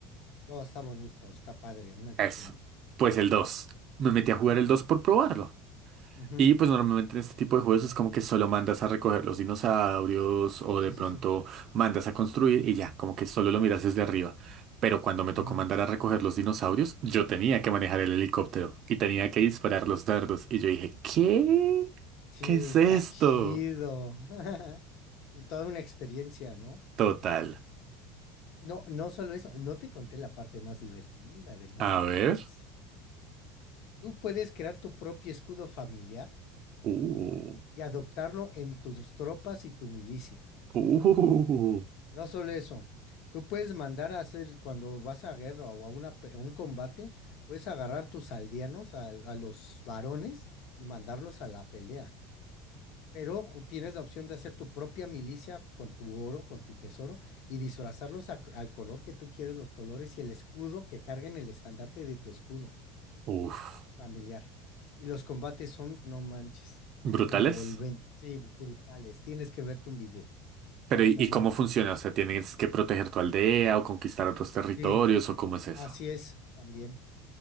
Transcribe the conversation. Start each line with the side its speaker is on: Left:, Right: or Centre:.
Left: No, está bonito, está padre, a mí me
Right: Eso.
Left: gustó mucho.
Right: Pues el 2. Me metí a
Left: Mm,
Right: jugar el 2 por probarlo.
Left: ujú.
Right: Y pues normalmente en este tipo de juegos es como que solo mandas a recoger los dinosaurios o
Left: Sí,
Right: de pronto
Left: sí, sí.
Right: mandas a construir y ya, como que solo lo miras desde arriba.
Left: Mm,
Right: Pero cuando me
Left: ujú.
Right: tocó mandar a recoger los dinosaurios, yo tenía que manejar el helicóptero y tenía que disparar los dardos. Y yo dije, ¿qué?
Left: Sí,
Right: ¿Qué es
Left: está
Right: esto?
Left: chido. <laughs> Toda una experiencia, ¿no?
Right: Total.
Left: No, no solo eso, no te conté la parte más divertida del mal
Right: A
Left: olor.
Right: ver.
Left: Tú puedes crear tu propio escudo familiar
Right: Uh,
Left: y adoptarlo en tus tropas y tu milicia.
Right: uh,
Left: No solo eso, tú puedes mandar a hacer, cuando vas a guerra o a, una pe- a un combate, puedes agarrar tus aldeanos, a, a los varones, y mandarlos a la pelea. Pero tienes la opción de hacer tu propia milicia con tu oro, con tu tesoro, y disfrazarlos a- al color que tú quieres, los colores y el escudo que carguen el estandarte de tu escudo
Right: uf.
Left: familiar. Y los combates son, no manches,
Right: Brutales.
Left: envolventes, sí, brutales. Tienes que verte un video.
Right: Pero
Left: No,
Right: ¿y,
Left: no,
Right: y
Left: no.
Right: cómo funciona? O sea, ¿tienes que proteger tu aldea o conquistar otros territorios
Left: Sí,
Right: o cómo es eso?
Left: así es también.